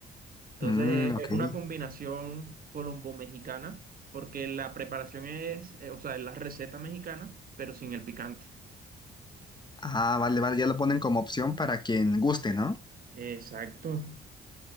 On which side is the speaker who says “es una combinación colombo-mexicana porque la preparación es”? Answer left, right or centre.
Right